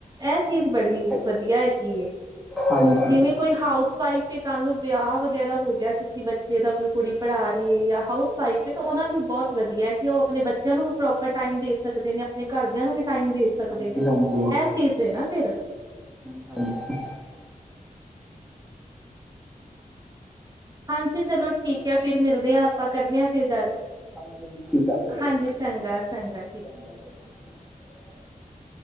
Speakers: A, on the right; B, in the centre.
A: ਇਹ ਚੀਜ਼
B: ਹਾਂਜੀ
A: ਬੜੀ
B: ਇਹ ਤਾਂ ਹੈ
A: ਵਧੀਆ ਹੈਗੀ।
B: ਹਾਂਜੀ
A: ਜਿਵੇਂ ਕੋਈ ਹਾਊਸ ਵਾਈਫ ਕੱਲ ਨੂੰ ਵਿਆਹ ਵਗੈਰਾ ਹੋ ਗਿਆ ਕਿਸੇ ਬੱਚੇ ਦਾ ਕੋਈ ਕੁੜੀ ਪੜ੍ਹਾ ਰਹੀਏ ਜਾਂ ਹਾਊਸ ਵਾਈਫ ਹੈ ਤਾਂ ਉਹਨਾਂ ਲਈ ਬਹੁਤ ਵਧੀਆ ਹੈ ਕਿ ਉਹ ਆਪਣੇ ਬੱਚਿਆਂ ਨੂੰ ਵੀ ਪ੍ਰੋਪਰ ਟਾਈਮ ਦੇ ਸਕਦੇ ਨੇ ਆਪਣੇ ਘਰਦਿਆਂ ਨੂੰ ਵੀ ਟਾਈਮ ਦੇ ਸਕਦੇ
B: ਹਾਂਜੀ
A: ਨੇ।
B: ਹਾਂਜੀ ਹੂੰ
A: ਇਹ ਚੀਜ਼ ਐ ਨਾ ਫਿਰ
B: <unintelligible>
A: ਹਾਂਜੀ, ਚਲੋ ਠੀਕ ਐ। ਫਿਰ ਮਿਲਦੇ ਹਾਂ ਆਪਾਂ ਕਰਦੇ ਹਾਂ ਫਿਰ ਗੱਲ।
B: <unintelligible>
A: ਹਾਂਜੀ ਚੰਗਾ ਚੰਗਾ ਠੀਕ